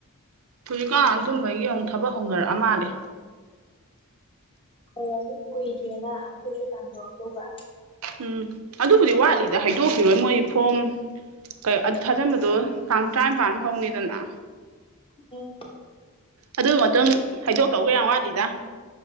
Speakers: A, on the right; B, on the left.
A: ꯍꯧꯖꯤꯛꯀꯥꯟ ꯑꯗꯨꯝꯕꯩ ꯑꯃꯨꯛ ꯊꯕꯛ ꯍꯧꯅꯔꯛꯑ ꯃꯥꯜꯂꯦ
B: ꯑꯣ ꯃꯤ ꯀꯨꯏꯗ꯭ꯔꯦꯅ ꯑꯩꯈꯣꯏꯁꯨ ꯇꯥꯟꯊꯣꯔꯛꯇꯧꯕ
A: ꯎꯝ ꯑꯗꯨꯕꯨꯗꯤ ꯋꯥꯠꯂꯤꯗ ꯍꯥꯏꯗꯣꯛꯈꯤꯔꯣꯏ ꯃꯣꯏ ꯐꯣꯝ ꯑꯗꯨ ꯊꯥꯖꯤꯟꯕꯗꯣ ꯇꯥꯡ ꯇꯔꯥꯝꯄꯥꯟ ꯐꯥꯎꯅꯤꯗꯅ
B: ꯎꯝ
A: ꯑꯗꯨ ꯃꯥꯇꯨꯡ ꯍꯥꯏꯗꯣꯛꯇꯧꯒꯥꯛ ꯌꯥꯝ ꯋꯥꯠꯂꯤꯗ